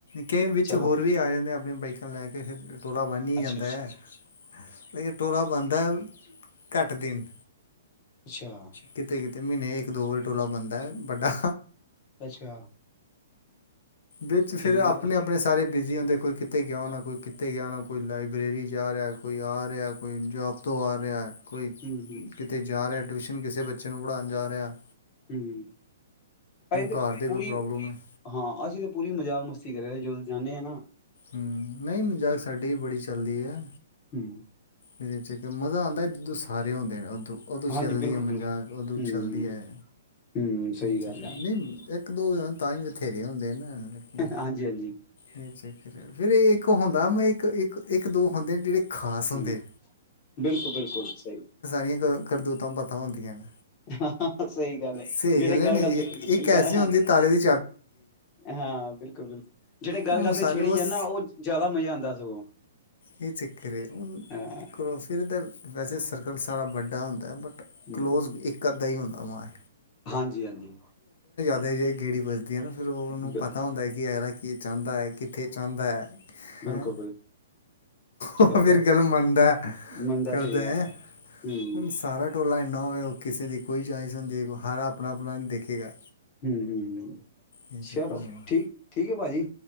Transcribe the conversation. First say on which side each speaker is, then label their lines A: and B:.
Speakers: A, on the left; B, on the left.
A: ਕਈ ਵਿੱਚ
B: ਚਲੋ
A: ਹੋਰ ਵੀ ਆ ਜਾਂਦੇ ਆਪਣੀਆਂ ਬਾਈਕ ਲੈ ਕੇ ਫਿਰ ਤੋਲਾ ਬਨੀ
B: ਅੱਛਾ
A: ਜਾਂਦਾ
B: ਅੱਛਾ
A: ਹੈ ਲੇਕਿਨ ਟੋਲਾ ਬਣਦਾ ਹੈ ਕੱਟ ਦਿਨ
B: ਅੱਛਾ
A: ਕਿਤੇ ਕਿਤੇ ਮਹੀਨੇ ਇੱਕ ਦੋ ਵਾਰੀ ਟੋਲਾ ਬਣਦਾ ਹੈ ਵੱਡਾ
B: ਅੱਛਾ।
A: ਵਿੱਚ ਫੇਰ
B: ਠੀਕ
A: ਆਪਣੇ
B: ਹੈ
A: ਆਪਣੇ ਸਾ ਸਾਰੇ ਬਿਜ਼ੀ ਹੁੰਦੇ, ਕੋਈ ਕਿਤੇ ਗਿਆ ਹੋਣਾ ਕੋਈ ਕਿਤੇ ਗਿਆ ਹੋਣਾ ਕੋਈ ਲਾਇਬ੍ਰੇਰੀ ਜਾ ਰਿਆ ਕੋਈ ਆ ਰਿਐ ਕੋਈ ਜੋਬ ਤੋਂ ਆ ਰਿਐ। ਕੋਈ
B: ਹੂੰ ਹੂੰ
A: ਕਿਤੇ ਜਾ ਰਿਐ। ਟਿਊਸ਼ਨ ਕਿਸੇ ਬੱਚੇ ਨੂੰ ਪੜ੍ਹਾਣ ਜਾ ਰਿਆ।
B: ਹੂੰ, ਅਸੀਂ ਤੇ
A: ਘਰ ਦੇ
B: ਪੂਰੀ
A: ਕੋਈ ਪ੍ਰੋਬਲਮ ਹੈ
B: ਹਾਂ ਅਸੀਂ ਤੇ ਪੂਰੀ ਮਜ਼ਾਕ ਮਸਤੀ ਕਰੇ ਜਦੋਂ ਜਾਂਣੇ ਆ ਨਾ।
A: ਨਹੀਂ ਮਜ਼ਾਕ ਸਾਡੀ ਵੀ ਬੜੀ ਚੱਲਦੀ ਐ।
B: ਹੂੰ।
A: ਵੇਚੇ ਕੇ ਮਜ਼ਾ ਆਂਦੈ ਦੂਸ ਸਾਰੇ ਹੁੰਦੇ ਨੇ ਔਦੂ ਓਦੋਂ
B: ਹਾਂਜੀ
A: ਛਿਲਦੀ
B: ਬਿਲਕੁਲ
A: ਐ
B: ਬਿਲਕੁਲ
A: ਮਜ਼ਾਕ ਓਦੋਂ
B: ਹੂੰ
A: ਚੱਲਦੀ ਐ,
B: ਹੂੰ ਸਹੀ
A: ਅਛਾ
B: ਗੱਲ
A: ਅਛਾ
B: ਆ
A: ਨਹੀਂ। ਇੱਕ ਦੋ ਜਾਣ ਤਾਂ ਈ ਬਥੇਰ ਰੇ ਹੁੰਦੇ ਨ ਲੇਕਿਨ
B: ਹਾਂਜੀ ਹਾਂਜੀ
A: ਯੇ ਚੱਕਰ ਫਿਰ ਏ ਇੱਕ ਹੁੰਦਾ ਮੈਂ ਇੱਕ ਇੱਕ ਇੱਕ ਦੋ ਹੁੰਦੇ ਨੇ ਜੇੜੇ ਖਾਸ
B: ਹੂੰ
A: ਹੁੰਦੇ।
B: ਬਿਲਕੁਲ ਬਿਲਕੁਲ, ਸਹੀ।
A: ਨੀਕ ਕਰਦੂਤਾਂ ਪਤਾ ਹੁੰਦੀਆਂ ਨੇ।
B: ਹਾਂ, ਸਹੀ ਗੱਲ ਐ
A: ਸਹੀ
B: ਜੇੜੇ ਗੱਲ
A: ਹੈ ਨਹੀਂ
B: ਗੱਲ
A: ਇੱਕ
B: ਤੇ
A: ਇੱਕ ਐਸੀ
B: ਗ ਹਾਂ,
A: ਹੁੰਦੀ ਤਾਲੇ ਦੀ
B: ਹਾਂ ਬਿਲਕੁਲ ਬਿਲਕੁਲ। ਜਿਹੜੇ ਗੱਲ
A: ਔਨੁ
B: ਗੱਲ ਤੇ
A: ਸਾਰੇ
B: ਛੇੜੀ
A: ਔਸ
B: ਜਾ ਨਾ ਉਹ ਜ਼ਿਆਦਾ ਮਜ਼ਾ ਆਉਂਦਾ ਸਗੋਂ
A: ਏ ਚੱਕਰ ਏ ਔਨੁ
B: ਹਾਂ
A: ਕਰੋ ਫਿਰ ਦੈ ਵੈਸੇ ਸਰਕਲ ਸਾਰਾ ਵੱਡਾ ਹੂੰਦੈ ਬਟ
B: ਹਮ,
A: ਕਲੋਜ਼ ਇੱਕ ਅੱਧਾ ਈ ਹੁਣਾ। ਅਮਾਂ ਏ।
B: ਹਾਂਜੀ ਹਾਂਜੀ।
A: ਰ ਤੇ ਗੇੜੀ ਵਜ ਦੀ ਐ ਨਾ ਫਿਰ ਔ ਔਨੂੰ
B: ਬ
A: ਪਤਾ ਹੁੰਦੈ ਕਿ ਅਗਲਾ ਕੀ ਚਾੰਦਾ ਐ ਕਿੱਥੇ ਚਾੰਦਾ ਐ।
B: ਬਿਲਕੁਲ
A: ਹੈਂ
B: ਬਿਲਕੁਲ ਚਲੋ
A: ਓਹ ਫੇਰ ਗੱਲ ਮੰਨਦੈ
B: ਮੰਨਦਾ
A: ਕਰਦੈ
B: ਸਹੀ ਗੱਲ ਹੈ ਹਮ
A: ਔਣ ਸਾਰਾ ਟੋਲਾ ਨਾ ਹੋਵੇ ਔ ਕਿਸੇ ਦੀ ਕੋਈ ਚੋਇਸ ਹੁੰਦੀ ਏ ਹਰਾ ਅਪਣਾ ਅਪਣਾ ਨ ਦੇਖੇਗਾ।
B: ਹੂੰ ਹੂੰ ਹੂੰ
A: ਇਹ ਚੱਕਰ
B: ਚਲੋ,
A: ਹੋਣਾ
B: ਠੀਕ ਠੀਕ ਏ। ਭਾਜੀ।